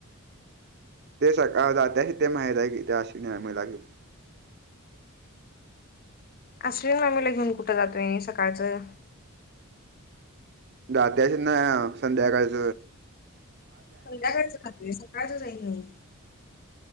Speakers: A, on the right; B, on the left.
A: ते सकाळ जातय ते महिला आहे त्या अशी निम लागे.
B: अश्विनी मामीला घेऊन कुठं जातोय सकाळचं?
A: जात्यात ना संध्याकाळच.
B: संध्याकाळचं खातंय सकाळच जाईत नाही.